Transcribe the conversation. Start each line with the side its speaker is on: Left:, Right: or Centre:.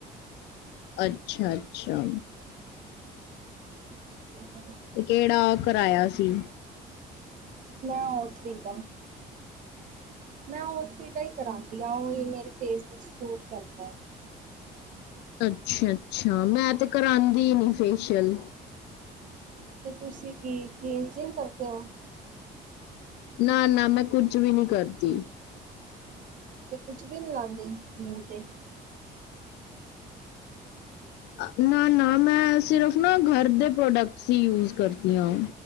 Left: ਅੱਛਾ ਅੱਛਾ
Right: <unintelligible>
Left: ਕੇੜਾ ਕਰਾਇਆ ਸੀ?
Right: ਮੈਂ ਉਹ ਚਰੀਦਾ ਮੈਂ <unintelligible> ਦਾ ਹੀ ਕਰਾਉਂਦੀ ਆ ਉਹ ਹੀ ਮੇਰੇ ਫੇਸ ਤੇ ਸੂਟ ਕਰਦਾ ਹੈ
Left: ਅੱਛਾ-ਅੱਛਾ ਮੈਂ ਤੇ ਕਰਾਦੀ ਨੀ ਫੇਸ਼ੀਅਲ।
Right: ਤੇ ਤੁਸੀਂ ਕੀ ਕਲੀਨਜਿੰਗ ਕਰਦੇ ਹੋ?
Left: ਨਾ-ਨਾ ਮੈਂ ਕੁੱਜ ਵੀ ਨੀ ਕਰਦੀ।
Right: ਤੇ ਕੁੱਛ ਵੀ ਨੀ ਲਾਉਂਦੀ ਮੂੰਹ ਤੇ
Left: ਅ ਨਾਂ ਨਾਂ ਮੈਂ ਸਿਰਫ਼ ਨਾ ਘਰ ਦੇ ਪ੍ਰੋਡਕਟਸ ਹੀ ਯੂਜ ਕਰਦੀ ਹਾਂ